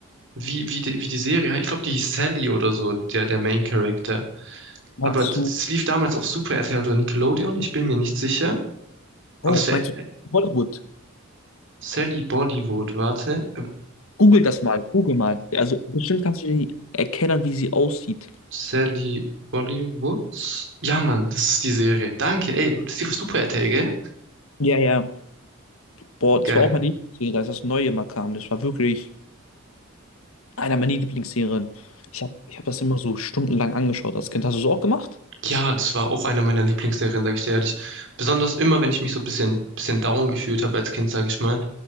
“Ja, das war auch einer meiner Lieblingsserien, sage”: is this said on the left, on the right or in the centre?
Right